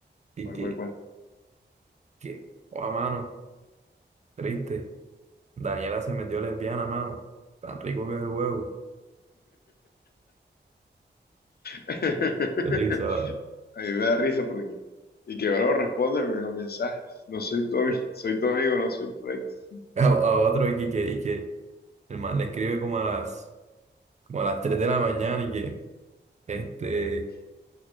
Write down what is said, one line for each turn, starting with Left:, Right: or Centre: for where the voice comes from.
Right: y
Left: cuál,
Right: que,
Left: cuál, cuál.
Right: que, oh, mano, triste. Daniela se metió lesbiana, mano. Tan rico que es el huevo.
Left: <laughs>
Right: Qué risa, ¿sabes?
Left: A mí me da risa porque. Y que bueno respóndeme los mensajes. No soy tu amigo, soy tu amigo, no soy tu ex.
Right: A, a otro y que, que- y que el man le escribe como a las, como a las 3 de la mañana y que, este,